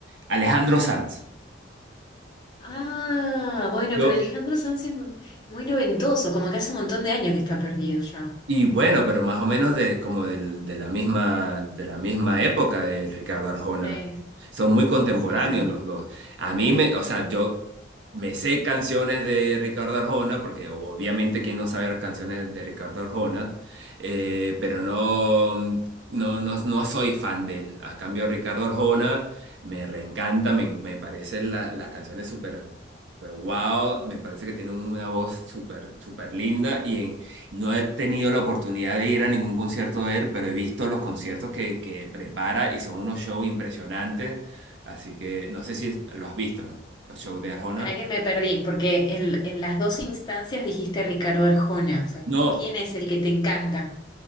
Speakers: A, on the right; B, on the left.
A: Alejandro Sanz.
B: Ah, bueno,
A: Yo.
B: pero Alejandro Sanz es muy noventoso, como que hace un montón de años que está perdido ya.
A: Y bueno, pero más o menos de, como del- de, la misma, de la misma época de Ricardo Arjona.
B: Sí,
A: Son muy contemporáneos
B: sí, sí.
A: los dos. A mí me, o sea, yo me sé canciones de Ricardo Arjona, porque obviamente quién no sabe canciones de Ricardo Arjona, eh, pero no, mm, no, no, no soy fan de él. A cambio, Ricardo Arjona me reencanta, me, me parecen la- las canciones súper... súper Wow, me parece que tiene una voz súper, súper linda y no he tenido la oportunidad de ir a ningún concierto de él, pero he visto los conciertos que, que prepara y son unos shows impresionantes. Así que no sé si lo has visto, ¿no? Los shows de Arjona.
B: ¿Para qué me perdí? Porque en, en las dos instancias dijiste Ricardo Arjona. O sea,
A: No,
B: ¿quién es el que te encanta?